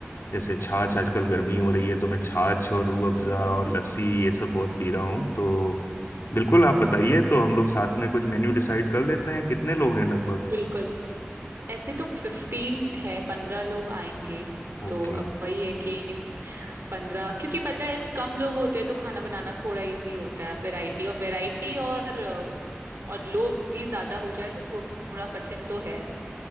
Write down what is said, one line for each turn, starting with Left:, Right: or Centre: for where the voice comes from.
Left: जैसे छाछ आजकल गर्मी हो रही है तो मैं छाछ और रूह अफ़ज़ा
Right: हम्म
Left: और लस्सी ये सब बहुत पी रहा हूँ तो बिल्कुल आप
Right: हम्म
Left: बताइए
Right: हम्म,
Left: तो हम लोग साथ में कुछ मेन्यू डिसाइड कर लेते हैं कितने लोग हैं लगभग
Right: बिल्कुल ऐसे तो फिफ्टीन है पंद्रह लोग आएंगे
Left: ओके
Right: तो अब वही है कि पंद्रह क्योंकि पता है कम लोग होते हैं तो खाना बनाना थोड़ा इजी होता है वैरायटी और वैरायटी और और लोग भी ज्यादा हो जाए तो थोड़ा कठिन तो है